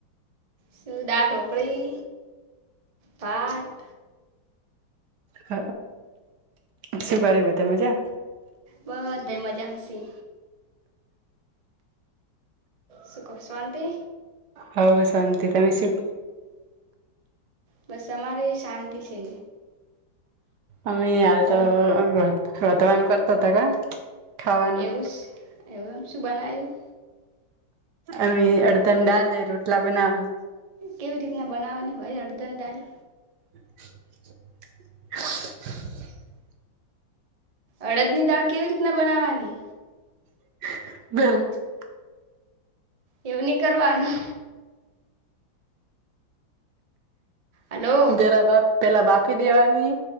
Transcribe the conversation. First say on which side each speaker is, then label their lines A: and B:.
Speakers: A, on the right (about 35°); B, on the right (about 65°).
A: સીદા ઢોકરી ભાત.
B: હ હ શું કરે બધા મજા.
A: બધ્ધા મજામાં શે. સુ કો શવાંતિ.
B: હઉ શાંતિ તમે શ.
A: બસ અમારેય શાંતિ છે.
B: અમે હાલ
A: બોલો
B: તો રોતવાનું કરતા હતા કા. ખાવાનું
A: એવું જ એવું એમ શું બનાયું.
B: અ અડધની ડાલ રોટલા બનાવ હ.
A: કેવી રીતના બનાવવાની હોય અડધની દાલ.
B: <unintelligible>
A: અડદ ની દાળ કેવી રીતના બનાવવાની.
B: <unintelligible>
A: એવું ની કરવાનું. હલો
B: પેલા બા પેલા બાફી દેવાની.